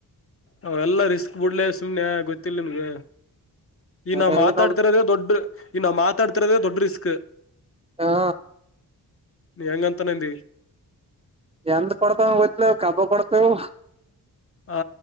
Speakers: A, on the left; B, on the right.
A: ಅವ ಎಲ್ಲಾ ರಿಸ್ಕ್ ಬಿಡ್ಲೆ ಸುಮ್ಮನೆ ಗೊತ್ತಿಲ್ಲ ನನ್ಗೆ
B: ಹೋತ
A: ಈ ನಾವೂ ಮಾತಾಡ್ತಿರೋದೇ
B: ನಮ್
A: ದೊಡ್ ಈ ನಾ ಮಾತಾಡ್ತಿರೋದೇ ದೊಡ್ಡ ರಿಸ್ಕ್
B: ಹಾ
A: ನೀ ಹೆಂಗಂತನಂದ
B: ಎಂತ ಕೊಡ್ತಾವ ಗೊತ್ತಲ ಕಬ್ಬ ಪಡ್ತವೆ
A: ಆ